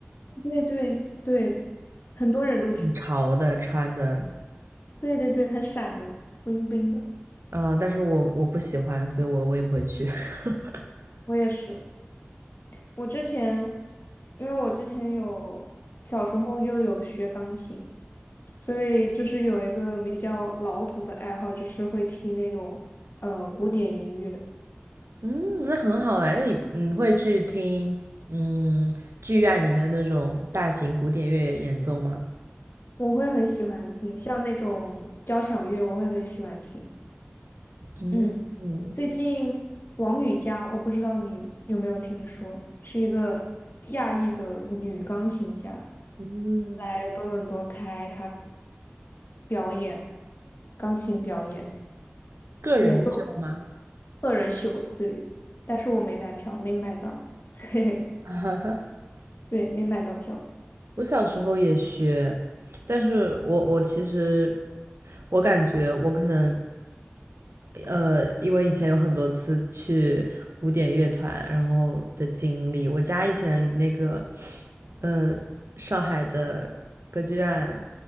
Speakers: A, on the left (about 55°); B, on the right (about 80°).
A: 对对对，很多人都去。
B: 潮的穿的，
A: 对对对，很闪的，bling bling 的。
B: 呃，但是我我不喜欢，所以我我也不会去。<laughs>
A: 我也是。我之前，因为我之前有小时候就有学钢琴，所以就是有一个比较老土的爱好，就是会听那种呃古典音乐，
B: 嗯，那很好哎，那你你会去听嗯剧院里面那种大型古典乐演奏吗？
A: 我会很喜欢听，像那种交响乐，我会很喜欢听。
B: 嗯嗯
A: 嗯，最近王羽佳，我不知道你有没有听说，是一个亚裔的女钢琴家，
B: 嗯。
A: 来多伦多开表演钢琴表演
B: 个人秀吗？
A: 演奏。个人秀，对，但是我没买票，没买到，<laughs> 嘿嘿，
B: <laughs>
A: 对，没买到票。
B: 我小时候也学，但是我我其实我感觉我可能呃，因为以前有很多次去古典乐团，然后的经历，我家以前离那个呃上海的歌剧院